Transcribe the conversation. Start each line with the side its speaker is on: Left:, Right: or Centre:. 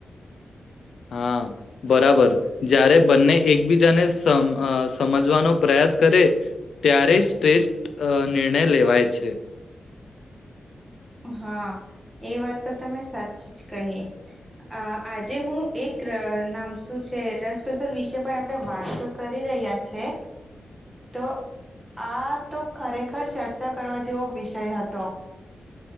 Left: હા બરાબર જ્યારે બંને એકબીજાને સમ સમજવાનો પ્રયાસ કરે ત્યારે શ્રેષ્ઠ નિર્ણય લેવાય છે.
Right: હા એ વાત તો તમે સાચી જ કહી આજે હું એક નામ શું છે રસપ્રસાદ વિશે પર આપણે વાત તો કરી રહ્યા છે તો આ તો ખરેખર ચર્ચા કરવા જેવો વિષય હતો.